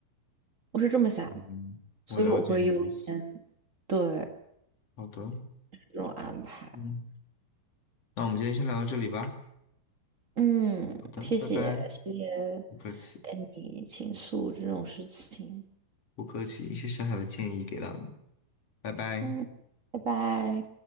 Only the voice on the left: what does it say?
嗯，
我了解你的意思。好的，
嗯，那我们今天先聊到这里吧。
好的，
拜拜。
不客气，
不客气，一些小小的建议给到你，拜拜。